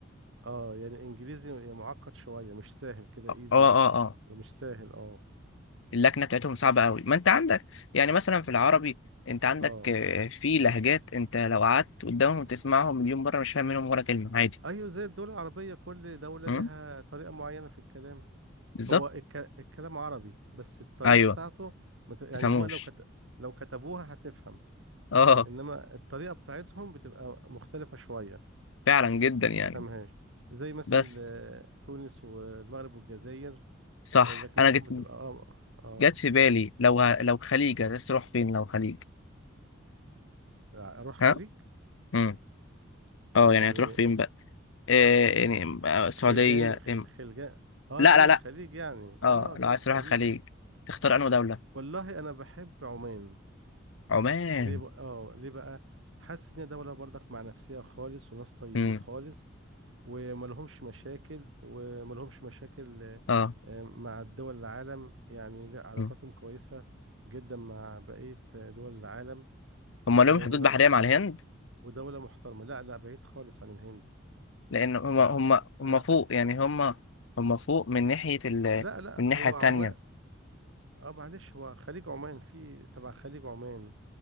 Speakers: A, on the right (about 65°); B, on the left (about 70°).
A: اه يعني انجليزي يعني معقد شوية مش سهل كده
B: اه
A: ايزي
B: اه اه آه.
A: مش سهل اه
B: اللكنه بتاعتهم صعبه قوي ما انت عندك يعني مثلا في العربي انت عندك
A: اه
B: آه، في لهجات انت لو قعدت قدامهم تسمعهم مليون مره مش فاهم منهم ولا كلمه عادي
A: ايوه زي الدول العربية كل دولة
B: امم
A: لها طريقة معينة في الكلام
B: بالظبط
A: هو الك... الكلام عربي بس الطريقة
B: ايوه
A: بتاعته مت... يعني
B: تفهموش
A: هما لو كت... لو كتبوها هتفهم
B: اه
A: انما الطريقة بتاعتهم بتبقى مختلفة شوية
B: فعلا جدا
A: ما تفهمهاش
B: يعني
A: زي مثل
B: بس
A: آه، تونس والمغرب والجزائر
B: صح
A: آه، لكنتهم
B: انا جيت
A: بتبقى اه اه
B: جت في بالي لو ه... لو خليج
A: <laughs>
B: عايز تروح فين لو خليج
A: آه، اروح
B: ها
A: خليج
B: امم اه
A: يعني
B: يعني هتروح فين بقى إيه يعني آه، السعودية
A: خلجان خ-
B: إم...
A: خلجان اه
B: لا
A: دول
B: لا لا
A: الخليج يعني اه
B: اه
A: دول
B: لو عايز
A: الخليج
B: تروح الخليج تختار انهي دولة
A: والله انا بحب عمان
B: عمان
A: ليه بقى اه ليه بقى حاسس ان هي دولة برضك مع نفسها خالص وناس طيبين
B: امم
A: خالص وملهمش مشاكل وملهمش مشاكل آه،
B: اه
A: آه، مع دول العالم يعني لا علاقاتهم
B: مم.
A: كويسة جدا مع بقية آه، دول العالم
B: هم لهم
A: آه،
B: حدود
A: ودو
B: بحرية مع الهند
A: ودولة محترمة لا لا بعيد خالص عن الهند
B: لان هم
A: لا
B: هم هم
A: لا
B: فوق يعني هم هم فوق من ناحية ال...
A: لا لا
B: من الناحية
A: هو
B: التانية
A: عمان اه معلش هو خليج عمان في تبع خليج عمان